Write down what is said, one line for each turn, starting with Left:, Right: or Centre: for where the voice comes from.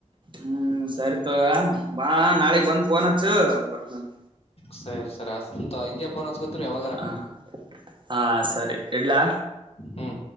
Right: ಹ್ಮ್ ಸರಿ ತಗೋ ಬಾ ನಾಳಗ್ ಬಂದ್ ಪೋನ್ ಹಚ್ಚು ಬರ್ತನನ್
Left: ಸರಿ ಸರಿ ಅಂತ ಹಿಂಗೆ ಪೋನ್ ಹಚ್ಕೊತ್ರಿೀ ಯಾವಾಗಾರ
Right: ಹ ಹಾ ಸರಿ ಇಡ್ಲಾ
Left: ಹ್ಮ್